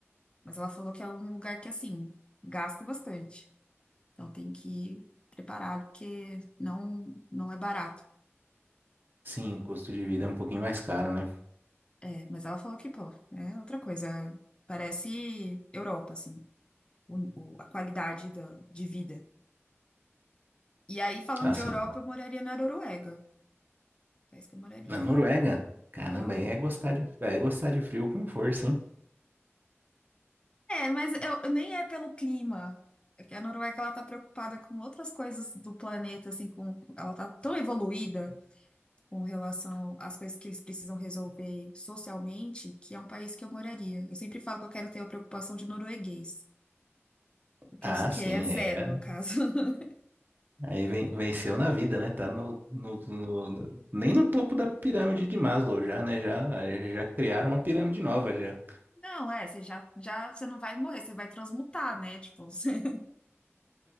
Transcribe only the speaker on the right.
Sim, o custo de vida é um pouquinho mais caro, né?
Assim,
Na Noruega? Caramba,
aí é gostar de, é gostar de frio com força, hein?
Ah,
sim,
aí, é,
aí ven- venceu na vida, né? Tá no, no- no- no- nem no topo da pirâmide de Maslow já, né? Já, já criaram uma pirâmide nova já.